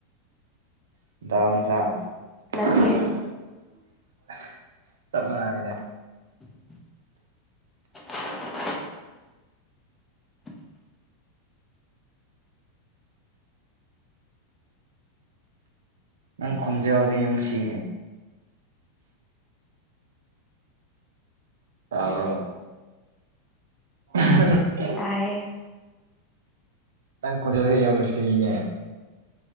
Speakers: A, on the right; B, on the left.
A: <unintelligible>
B: ꯅꯪꯗꯤ
A: <unintelligible> ꯇꯞꯅ‌ ꯉꯥꯡꯉꯤꯗ
B: <inaudible>
A: ꯅꯪ ꯈꯣꯟꯖꯦꯜꯁꯦ ꯌꯥꯝ ꯁꯤꯌꯦ ꯇꯥꯕ꯭ꯔꫭ <unintelligible>
B: ꯇꯥꯏꯌꯦ
A: ꯅꯪ ꯈꫭꯟꯖꯦꯜ ꯌꯥꯝ ꯅꯨꯡꯁꯤꯅꯦ